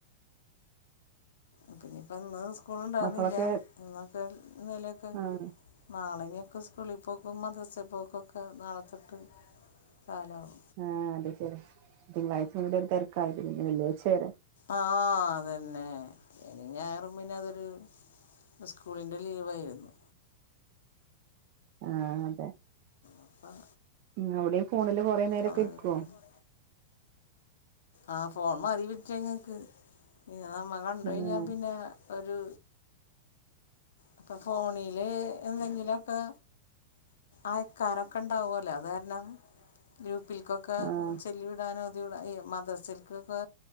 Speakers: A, on the left; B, on the right.
A: അപിന്നെ ഇപ്പ ഇന്ന് സ്കൂളുണ്ടാവുന്നില്ല
B: മക്കളൊക്കെ
A: എന്നൊക്കെ ഇന്നലെ ഒക്കെ
B: ആഹ്
A: നാളിനെയൊക്കെ സ്കൂളിൽ പോക്കും മദ്രസൽ പോക്കൊക്കെ നാളെത്തൊട്ട് കാലവും
B: ആഹ് അതെ ശെരി തിങ്കളാഴ്ച മു ഒരു തിരക്കായിതി വെള്ളിയാഴ്ച വരെ
A: ആഹ് അതന്നെ ശനി ഞായറും പിന്നെത് ത് സ്കൂളിൻ്റെ ലീവായിരുന്നു
B: ആഹ് അതെ
A: അപ്പം
B: ഉ അവടിം ഫോണില് കൊറേ നേരൊക്കെ
A: അതൊക്കെ
B: ഇക്കുവോ
A: കഴിഞ്ഞ് ആ ഫോൺ മതി വിറ്റങ്ങൾക്ക് ഇന്ന നമ്മ കണ്ട
B: ആഹ്
A: കഴിഞ്ഞാൽ പിന്നെ ഒരു അപ്പൊ ഫോണില് എന്തെങ്കിലും ഒക്കെ ആയക്കാറൊക്കെ ണ്ടാവലേ അത് കാരണം ഗ്രൂപ്പിൽക്കൊക്കെ
B: ആഹ്
A: ചെല്ലിവിടാനും ഓതിവിടാ മദ്രസിൽക്കൊക്കെ